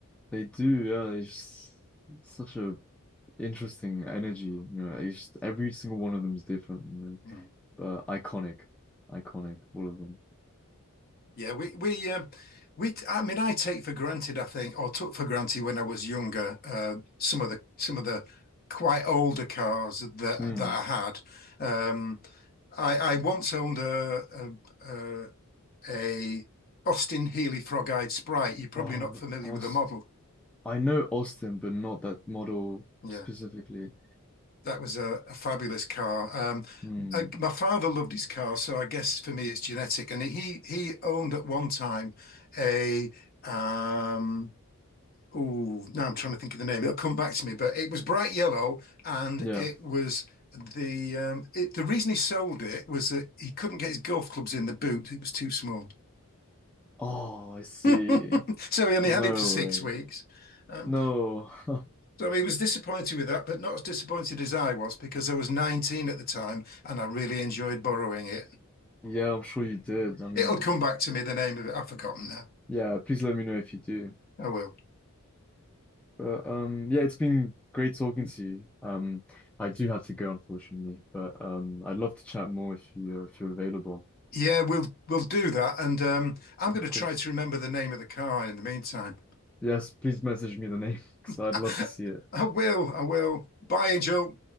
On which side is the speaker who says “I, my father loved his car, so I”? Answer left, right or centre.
Left